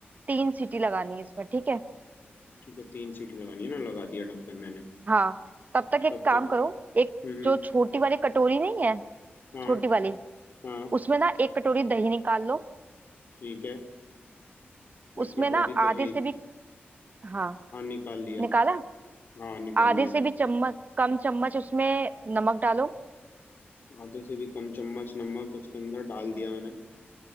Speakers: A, on the right; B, on the left.
A: तीन सीटी लगानी है इसमें ठीक है
B: ठीक है तीन सीटी लगानी है ना लगा दिया ढक्कन मैंने
A: हाँ तब तक एक
B: तब
A: काम
B: तक
A: करो एक
B: हम्म
A: जो
B: हम्म।
A: छोटी वाली कटोरी नहीं है
B: हाँ
A: छोटी वाली
B: हाँ
A: उसमें ना एक कटोरी दही निकाल लो
B: ठीक है एक
A: उसमें
B: कटोरी
A: ना
B: दही
A: आधे से भी हाँ
B: हाँ निकाल लिया
A: निकाला
B: हाँ निकाल
A: आधे
B: लिया
A: से भी चम्मच कम चम्मच उसमें नमक डालो
B: आधे से भी कम चम्मच नमक उसके अंदर डाल दिया मैंने